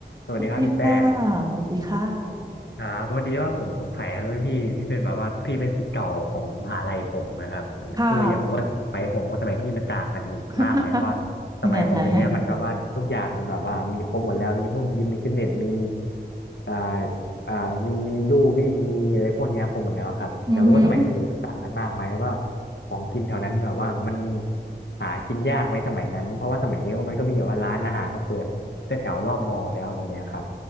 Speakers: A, on the left; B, on the right.
A: สวัสดีครับพี่แป้ง
B: สวัสดีค่ะสวัสดีค่ะ
A: ครับพอดีว่าผมสงสัยครับพี่ที่เป็นแบบว่าพี่เป็นศิษย์เก่าของมหาลัยผมนะครับคืออยากรู้ว่าสมัยผมกับสมัยพี่มันต่างกันมากไหมเพราะว่าสมัยผมอะไรเงี้ยมันแบบว่าทุกอย่างมันแบบว่ามีครบหมดแล้วมีพวกยิมมีฟิตเนสมี
B: ค่ะ <laughs> ไม่แน่ใจแฮะ
A: อ่าอ่ามีลู่วิ่งมีอะไรพวกเนี้ยครบหมดแล้วครับอยากรู้ว่าสมัยพี่มันต่างกันมากไหมแล้วก็
B: อือหือ
A: ของกินแถวนั้นแบบว่ามันหากินยากไหมสมัยนั้นเพราะว่าสมัยนี้มันก็มีแบบว่าร้านอาหารมาเปิดแถวๆรอบมอแล้วอะไรเงี้ยครับ